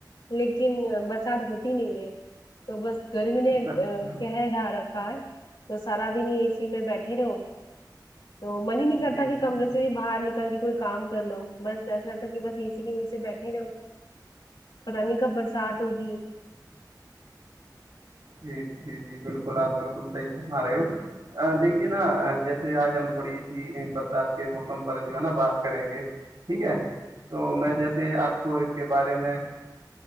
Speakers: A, on the left (about 75°); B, on the right (about 75°).
A: لیکن برسات ہوتی نہیں ہے تو بس گرمی نے
B: اچھا
A: قہر ڈھالا ہ تو سارا دن ہی اے سی میں بیٹھے رہو تو من ہی نہیں کرتا
B: جی
A: کہ کمرے
B: جی
A: سے بھی باہر نکل کے کوئی کام کر لو بس ایسا لتا کہ بس اے سی کے نیچ سے بیٹھے رہو پت نہیں کب برسات ہوگی
B: جی جی جی بالکل آپ بالکل صحی فرما رہے ہو دیکھیے نا جیسے آج ہم تھوڑی سی برسات کے موسم پر جو ہے نا بات کریں گے ٹھیک ہے تو میں جیسے آپ کو اس کے بارے میں